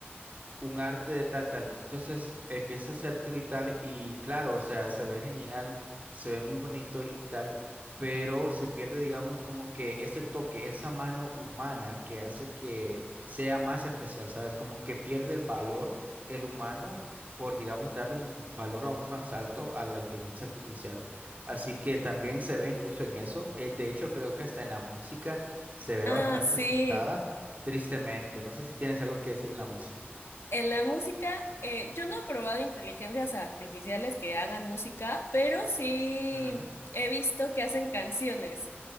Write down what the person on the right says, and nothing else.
un arte de tal, tal. Entonces empieza a hacértelo y tal, y claro, o sea, se ve genial, se ve muy bonito y tal, pero se pierde, digamos, como que ese toque, esa mano humana que hace que sea más especial, ¿sabes? Como que pierde el valor el humano por, digamos, darle un valor aún más alto a la inteligencia artificial. Así que también se ve incluso en eso. Eh, de hecho, creo que hasta en la música se ve
bastante
afectada, tristemente. No sé si tienes algo que decir en la música.
Ujú,